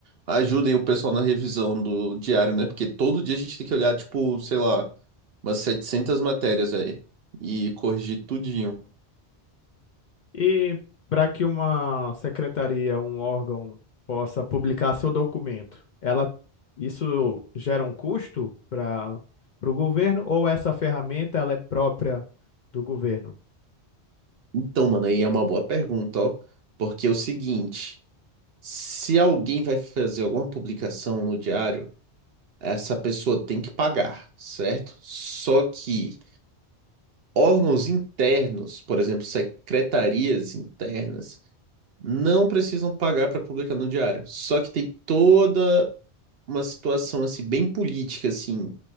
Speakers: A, on the right; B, on the left.
A: ajudem o pessoal na revisão do diário, né? Porque todo dia a gente tem que olhar, tipo, sei lá, umas 700 matérias aí e corrigir tudinho.
B: E para que uma secretaria, um órgão, possa publicar seu documento, ela isso gera um custo para para o governo ou essa ferramenta ela é própria do governo?
A: Então, mano, aí é uma boa pergunta, ó. Porque é o seguinte. Se alguém vai fazer alguma publicação no diário, essa pessoa tem que pagar, certo? Só que órgãos internos, por exemplo, secretarias internas, não precisam pagar para publicar no diário. Só que tem toda uma situação assim bem política assim,